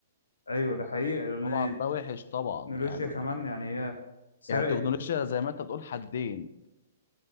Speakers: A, on the left; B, on the left.
A: ايوه ده حقيقي يعني
B: طبعا ده وحش طبعا
A: التكنولوجيا
B: يعني
A: كمان يعني هي سرقت
B: يعني التكنولوجيا زي ما انت بتقول حدين